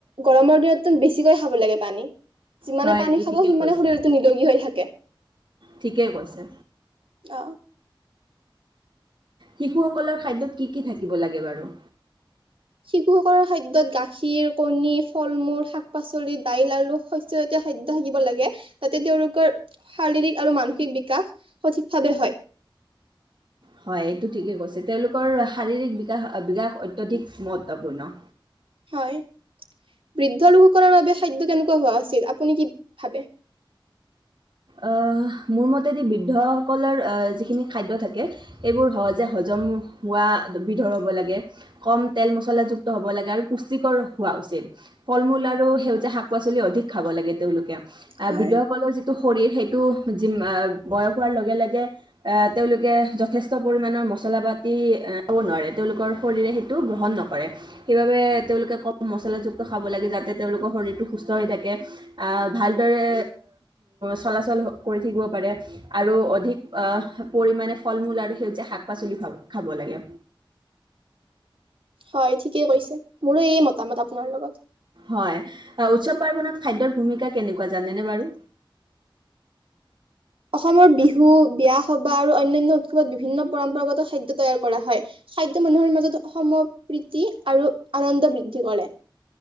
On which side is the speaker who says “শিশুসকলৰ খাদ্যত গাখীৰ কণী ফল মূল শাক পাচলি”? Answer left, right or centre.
Right